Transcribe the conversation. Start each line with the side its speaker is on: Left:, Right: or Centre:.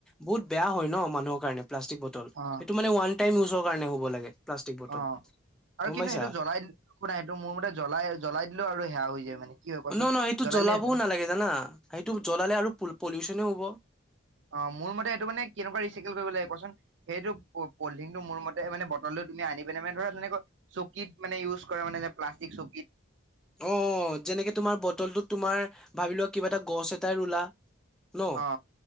Centre: বহুত বে হয় ন মানুহৰ কাৰণে প্লাষ্টিক বটল
Right: অ',
Centre: সটো মানে ৱান টাইম উ কাৰণে হ'ব লাগে প্লাষ্টিক বটল,
Right: অ আৰু
Centre: গম
Right: কিন্তু
Centre: পাইছা?
Right: এইটো জ্বলাই দিল শুনাাই এইটো মোৰ মতে জ্বলাই জ্বলাই দিলেও আৰু সেয়া হৈ যায় মানে কি হয় কোৱাচোন?
Centre: ন ন সেইটো
Right: জ্বলাই
Centre: জ্বলাবও
Right: দিলে
Centre: নালাগে জানা সেইটো জ্বলালে আৰু পলিউচনেও হ'ব।
Right: অ মোৰ মতে সেইটো মানে কেনেকুৱা ৰিচাইকেল কৰিব লাগে কচোন সেইটো পলডিংটো মোৰ মতে মানে বটলটো তুমি আনি পেনে মানে ধৰা তেনেকৈ চকীত মানে ইউজ কৰে মানে যে প্লাষ্টিক চকীত
Centre: অ' যেনেকে তোমাৰ বটলটোত তোমাৰ ভাবি লোৱা কিবা এটা গছ এটাই ৰুলা ন'
Right: অ